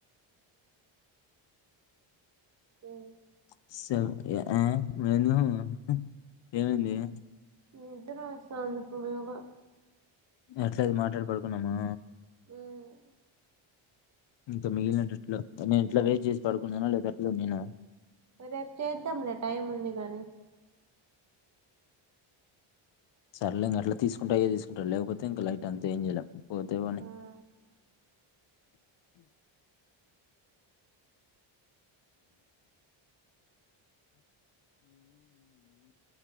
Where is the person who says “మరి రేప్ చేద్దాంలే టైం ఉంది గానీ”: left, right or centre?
Right